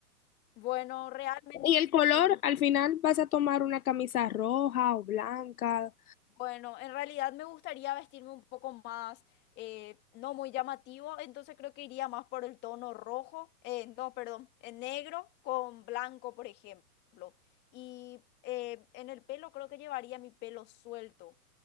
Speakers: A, on the left; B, on the left.
A: Bueno, realmente
B: Y el color,
A: sí.
B: al final vas a tomar una camisa roja o blanca.
A: Bueno, en realidad me gustaría vestirme un poco más, eh, no muy llamativo, entonces creo que iría más por el tono rojo, eh, no, perdón, en negro con blanco, por ejemplo. Y eh, en el pelo creo que llevaría mi pelo suelto.